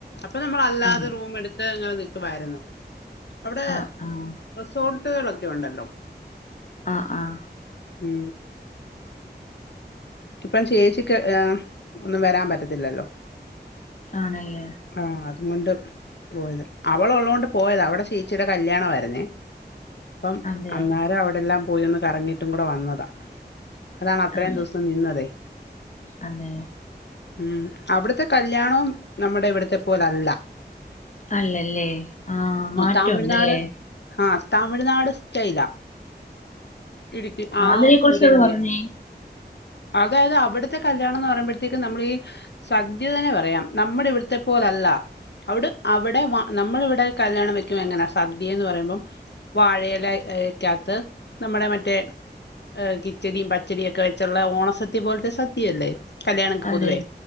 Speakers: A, on the left (about 80°); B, on the left (about 45°).
A: അപ്പൊ നമ്മള് അല്ലാതെ
B: അതെ
A: റൂമെടുത്ത് തെ ങ്ങള് നിൽക്കുമായിരുന്നു അവിടെ
B: ആഹ് ആഹ്
A: റിസോർട്ടുകളൊക്കെ ഉണ്ടല്ലോ
B: ആഹ് ആഹ്
A: ഉം ഇപ്പം ചേച്ചിക്ക് എഹ് ഒന്നും വരാൻ പറ്റത്തില്ലല്ലോ
B: ആണല്ലേ
A: ആ അതും കൊണ്ട് പോയത് അവളൊള്ളോണ്ട് പോയതാ അവടെ ചേച്ചീടെ കല്യാണവാരുന്നേ അപ്പം
B: അതെയോ
A: അന്നേരം അവിടെ എല്ലാം പോയൊന്ന് കറങ്ങിട്ടും കൂടെ വന്നതാ അതാണ് അത്രേം
B: അതെ
A: ദിവസ് ഇപ്പം നിന്നതേ
B: അതെ
A: ഉം അവിടുത്തെ കല്യാണം നമ്മുടെ ഇവിടുത്തെ പോലല്ല
B: അല്ലല്ലേ ആ മാറ്റവുണ്ടല്ലേ
A: തമിഴ്നാട് ആഹ് തമിഴ്നാട് സ്റ്റൈയിലാ ഇടുക്കി ആ
B: അതിനെ കുറിച്ചൊന്ന്
A: ഒരേറിയ
B: പറഞ്ഞേ
A: അതായത് അവിടുത്തെ കല്യാണം എന്ന് പറയുമ്പോഴത്തേക്കും നമ്മള് ഈ സദ്യ തന്നെ പറയാം നമ്മുടെ ഇവിടുത്തെ പോലെ അല്ല അവിടെ അ അവിടെ നമ്മളിവിടെ കല്യാണം വെക്കുമ്പോ എങ്ങനാ സദ്യയെന്ന് പറയുമ്പം വാഴയിലക്കാത്ത് നമ്മുടെ മറ്റേ ഏഹ് കിച്ചടീം പച്ചടിയൊക്കെ വെച്ചുള്ള ഓണസദ്യ പോലത്തെ സദ്യ അല്ലേ കല്യാണങ്ങക്ക്
B: അതെ
A: പൊതുവേ